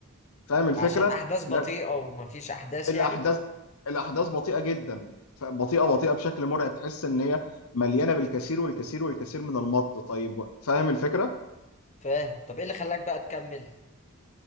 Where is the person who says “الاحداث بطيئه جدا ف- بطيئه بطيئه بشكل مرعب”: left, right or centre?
Left